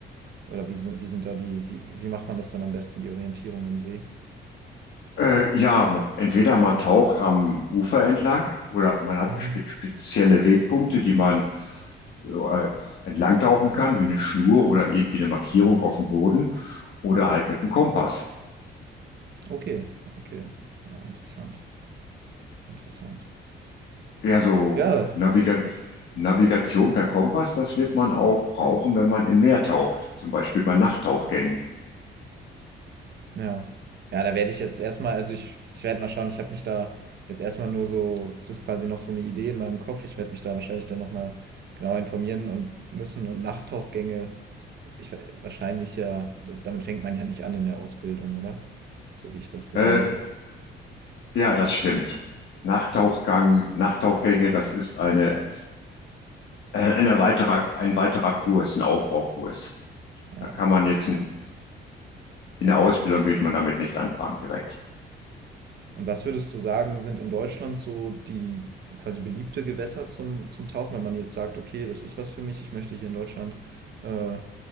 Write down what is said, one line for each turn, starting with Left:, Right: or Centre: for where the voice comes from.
Right: Oder wie sind, wie sind da die, wie, wie macht man das dann am besten, die Orientierung im See?
Left: äh, ja, m- entweder man taucht am Ufer entlang oder man hat
Right: Mhm.
Left: spe spezielle Wegpunkte, die man äh, entlang tauchen kann, wie eine Schnur oder irgendwie eine Markierung auf dem Boden oder halt mit dem Kompass.
Right: Okay, okay. Ja, interessant, interessant.
Left: Ja, so
Right: Ja,
Left: Naviga Navigation per Kompass, das wird man auch brauchen, wenn man im Meer taucht, zum Beispiel bei Nachttauchgängen.
Right: ja. Ja, da werde ich jetzt erstmal, also ich, ich werde mal schauen, ich habe mich da jetzt erstmal nur so, das ist quasi noch so eine Idee in meinem Kopf. Ich werde mich da wahrscheinlich dann nochmal genau informieren und müssen und Nachttauchgänge, ich we- wahrscheinlich ja, d- damit fängt man ja nicht an in der Ausbildung, oder? So wie ich das gesehen
Left: Äh,
Right: habe.
Left: ja, das stimmt. Nachttauchgang, Nachttauchgänge, das ist eine, äh, ein weiterer, ein weiterer Kurs, ein Aufbaukurs.
Right: Ja.
Left: Da kann man jetzt In der Ausbildung würde man damit nicht anfangen direkt.
Right: Und was würdest du sagen, sind in Deutschland so die quasi beliebte Gewässer zum, zum Tauchen, wenn man jetzt sagt, okay, das ist was für mich, ich möchte hier in Deutschland äh, äh,